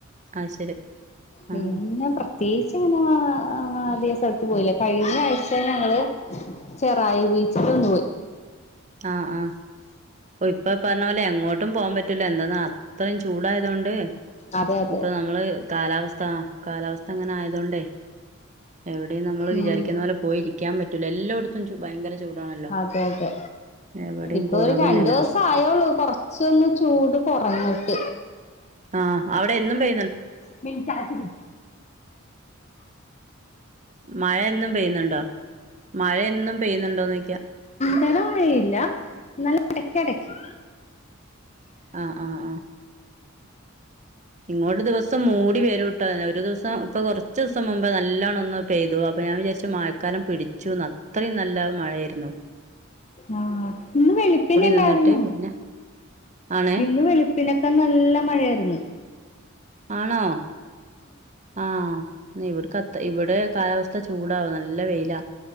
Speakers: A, on the right; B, on the left.
A: അത് ശരി
B: പിന്ന
A: ആഹ്
B: പ്രെ പ്രത്യേകിച്ച് അങ്ങനെ ആ അധികം സ്ഥലത്ത് പോയില്ല കഴിഞ്ഞ ആഴ്ച ഞങ്ങള് ചെറായി ബീ ച്ചിക്ക് ഒന്ന് പോയി
A: ആഹ് ആഹ് പ്പൊ ഇപ്പൊ പറഞ്ഞ പോലെ എങ്ങോട്ടും പോവാൻ പറ്റ് റ്റൂല എന്താന്ന് അത്രയും ചു ചൂടായതുകൊണ്ട്
B: അതെ അതെ
A: ഇപ്പൊ നമ്മള് കാലാവസ് ആ കാലാവസ്ഥ അങ്ങനെ ആയതുകൊണ്ടേ എവിടെയും നമ്മള് വിചാരിക്കുന്ന
B: ഉം
A: പോലെ പോയിരിക്കാൻ പറ്റൂല എല്ലോടത്തും ത്തും ഭയങ്കര ചൂടാണല്ലോ
B: അതെ അതെ
A: എവിടെയും
B: ഇപ്പൊ
A: കുറവില്ലല്ലോ
B: ഒരു രണ്ടു ദിവസം ആയോള്ളൂ കൊറച്ചൊന്ന് ചൂട് കുറഞ്ഞു ട്ട്
A: ആഹ് അവിടെ എന്നും പെ
B: മിണ്ടാതിരി
A: മഴ എന്നും പെയ്യുന്നുണ്ടോ മഴ എന്നും പെയ്യുന്നുണ്ടോ നോക്കിയാ
B: കുറേ മഴയില്ല എന്നാലും ഇടക്ക് ഇടക്ക്
A: ആഹ് ആഹ് ആഹ് ഇങ്ങോട്ട് ദിവസം മൂടി വരൂട്ടോെ ഒരു ദിവസം ഇങ്ങോട് ദിവസം മൂടി വരുട്ടോ ഒരു ദ്വസം പ്പോ കുറച്സംമുമ്പ് നല്ലവണ്ണം ഒന്ന് പെയ്തു അപ്പൊ ഞാൻ വിചാരിച്ചു മഴക്കാലം പിടിച്ചുന്ന് അത്രയും നല്ല മഴ ആായിരുന്നു
B: ആഹ് ഇന്ന് വെളുപ്പിന് ഇണ്ടായിരുന്നു
A: നിന്നിട്ട് പിന്നെ ആണേ
B: ഇന്ന് വെളുപ്പിനൊക്കെ നല്ല മഴായിരുന്നു
A: ആണോ ആഹ ഇവിട്ക്കത്ത ഇവിടെ കാലാവസ്ഥ ചൂടാവോ നല്ല പെയില